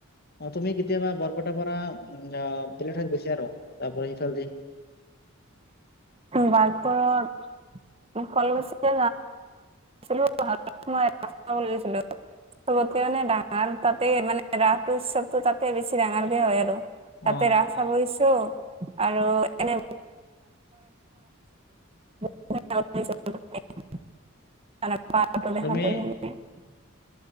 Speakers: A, on the left; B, on the right.
A: অ' তুমি কেতিয়াবা বৰপেটাৰ পৰা উম আহ বেলেগ ঠাইত গৈছে আৰু তাৰপৰা সিফালে দি
B: বালপ <unintelligible> ফল গুছ যো ৰা্ত লৈছিলো <unintelligible> চবতকে মানে ডাঙৰ তাতে মানে ৰাসটো উৎসৱতটো তাতে বেছি ডাঙৰকে হয় আৰু। তাতে
A: অ
B: ৰাস ছাব গৈছো আৰু-া এনে আ <unintelligible> দেখা <unintelligible>
A: তুমি